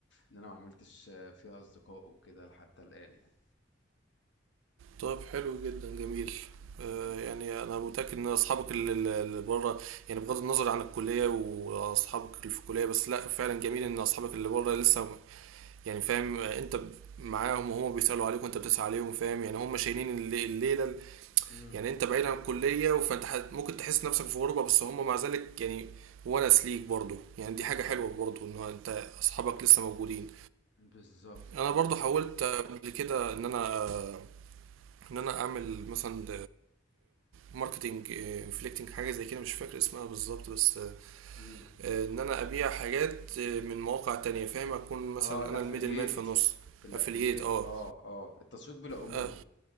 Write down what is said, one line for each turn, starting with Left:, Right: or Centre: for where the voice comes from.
Left: إن أنا ما عملتش فيها أصدقاء وكده حتى الآن يعني.
Right: طب حلو جدا جميل آه،
Left: اهم.
Right: يعني انا متاكد ان اصحابك ال- ال- اللي بره يعني بغض النظر عن الكليه واصحابك اللي في الكليه بس لا فعلا جميل ان اصحابك اللي بره لسه م- يعني فاهم آه، انت ب- معاهم وهم بيسالوا عليك وانت بتسال عليهم فاهم يعني هم شايلين اللي- الليله ال-
Left: إمم.
Right: يعني انت بعيد عن الكليه فانت ح- ممكن تحس نفسك في غربه بس هم مع ذلك يعني ونس ليك برضه يعني
Left: بالضبط،
Right: دي حاجه حلوه برضه ان انت اصحابك لسه موجودين
Left: بالضبط،
Right: انا
Left: بالضبط.
Right: برضه حاولت قبل كده ان انا آه، ان انا اعمل مثلا ماركتنج انفليكتنج حاجه زي كده مش فاكر اسمها بالظبط بس آه،
Left: إمم.
Right: آه، ان انا ابيع حاجات آه، من مواقع تانية فاهم اكون مثلا
Left: آه الأفيليت،
Right: انا الميدل مان في النص
Left: الأفيليت،
Right: افلييت اه
Left: آه، آه، التسويق بالعمولة.
Right: اه